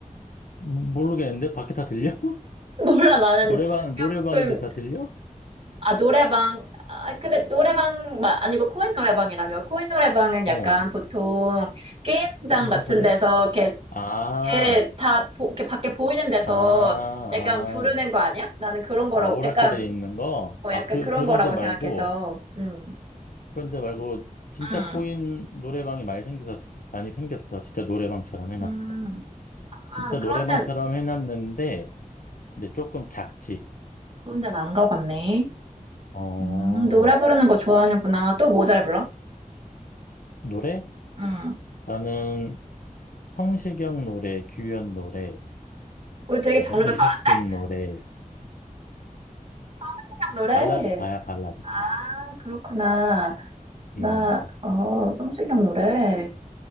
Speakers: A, on the left (about 70°); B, on the right (about 40°).
A: 음, 모르겠는데? 밖에 다 들려? <laughs>
B: <laughs> 몰라, 나는.
A: 노래방, 노래방인데
B: 그럼
A: 다 들려?
B: 아, 노래방. 아, 근데 노래방 마- 아니고 코인 노래방이라며. 코인 노래방은
A: 어,
B: 약간 보통 게임장
A: 조금
B: 같은
A: 허술해?
B: 데서 이렇게,
A: 아,
B: 이렇게 다 보- 이렇게 밖에 보이는 데서
A: 아, 아,
B: 약간 부르는 거 아니야? 나는 그런 거라고
A: 아, 오락실에
B: 약간
A: 있는 거?
B: 어,
A: 아,
B: 약간
A: 그,
B: 그런
A: 그런데
B: 거라고
A: 말고,
B: 생각해서. 음.
A: 그런데 말고, 진짜
B: 음.
A: 코인 노래방이 많이 생겨서, 많이 생겼어. 진짜 노래방처럼 해놨어.
B: 음. 아,
A: 진짜
B: 그런
A: 노래방처럼
B: 데
A: 해놨는데, 이제 조금 작지.
B: 그런 데는 안 가봤네.
A: 어,
B: 음, 노래 부르는 거 좋아하는구나. 또 뭐 잘 불러?
A: 노래?
B: 음.
A: 나는 성시경 노래, 규현 노래,
B: 우리 되게
A: 뭐
B: 장르가
A: 이석훈
B: 다른데?
A: 노래,
B: 한신형 노래.
A: 발라드 파야 발라드 파.
B: 아, 그렇구나. 나,
A: 음,
B: 어, 성시경 노래.